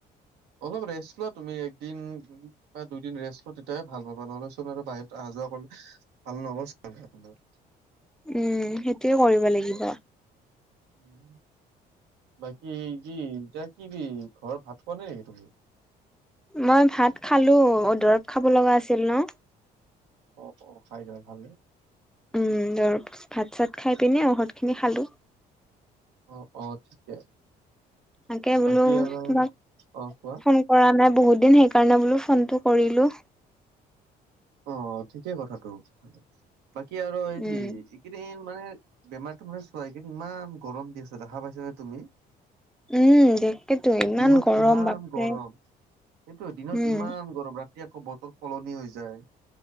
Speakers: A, on the right; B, in the centre.
A: অলপ ৰেষ্ট লোৱা তুমি একদিন বা দুইদিন ৰেষ্ট লোৱা তেতিয়াহে ভাল পাবা, নহ'লে চোন আৰু বাহিৰত আহা যোৱা কৰিলে ভাল নহব চোন গা তোমাৰ
B: উম সেইটোৱে কৰিব লাগিব।
A: উম। বাকী কি এতিয়া কিবি ঘৰৰ ভাত খোৱা নাই নেকি তুমি।
B: মই ভাত খালো অ দৰৱ খাব লগা আছিল ন।
A: অ অ খাইছা ভালে।
B: উম দৰব ভাত চাত খাই পিনে ঔষধ খিনি খালো।
A: অ অ ঠিকে।
B: তাকে বোলো
A: বাকী আৰু
B: তোমাক
A: অ' কোৱা
B: ফোন কৰা নাই বহুত দিন সেইকাৰণে বোলো ফোনটো কৰিলো।
A: অ ঠিকে কথাটো ভালে বাকী আৰু হেৰি
B: উম
A: এইকেইদিন মানে বেমাৰটো মানে চোৱা এইকেইদিন ইমান গৰম দি আছে দেখা পাইছা নে তুমি।
B: উম তাকেতো ইমান
A: দিনত
B: গৰম
A: ইমান
B: বাপৰে
A: গৰম। সেইটো দিনত
B: উম
A: ইমান গৰম ৰাতি আকৌ বতৰ সলনি হৈ যায়।